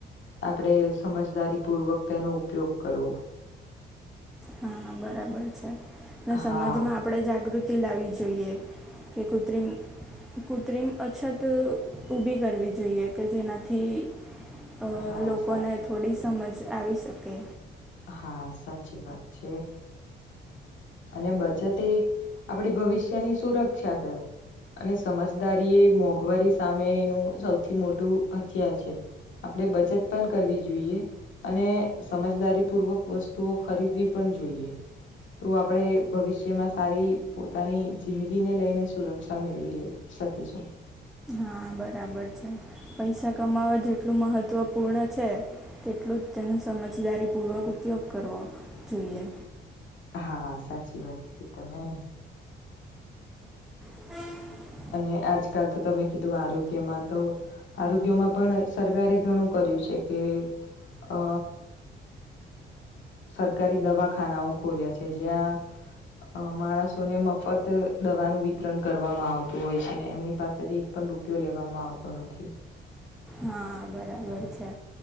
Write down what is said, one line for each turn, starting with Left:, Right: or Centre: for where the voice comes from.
Left: આપડે સમજદારીપૂર્વક તેનો ઉપયોગ કરવો,
Centre: હા, બરાબર છે અને સમાજમાં
Left: હા
Centre: આપણેે જાગૃતિ લાવવી જોઈએ, કે કૃત્રિમ કૃત્રિમ અછત ઊભી કરવી જોઈએ, કે જેનાથી અ
Left: હા
Centre: લોકોને
Left: સા
Centre: થોડી સમજ આવી શકે,
Left: હા, સાચી વાત છે. અને બચત આપડી ભવિષ્યની સુરક્ષા છે, અને સમજદારી એ મોંઘવારી સામે એનું સૌથી મોટું હથિયાર છે, આપણે બચત પણ કરવી જોઈએ, અને સમજદારીપૂર્વક વસ્તુઓ ખરીદવી પણ જોઈએ, તો આપણે ભવિષ્યમાં સારી પોતાની જિંદગીને લઈને સુરક્ષા મેળવી લઈશ, શકીશું
Centre: હા, બરાબર છે પૈસા કમાવા જેટલું મહત્વપૂર્ણ છે, તેટલું જ તેનું સમજદારીપૂર્વક ઉપયોગ કરવો જોઈએ,
Left: હા, સાચી વાત કીધી તમે
Centre: <unintelligible>
Left: અને આજકાલ તો તમે કીધું આરોગ્યમાં તો આરોગ્યમાં પણ સરકારે ઘણું કર્યું છે, કે અ સરકારી દવાખાનાઓ ખોલ્યા છે, જ્યાં અ માણસોને મફત દવાનું વિતરણ કરવામાં આવતું હોય છે, એમની પાસેથી પણ રૂપિયો લેવામાં આવતો નથી.
Centre: હા, બરાબર છે,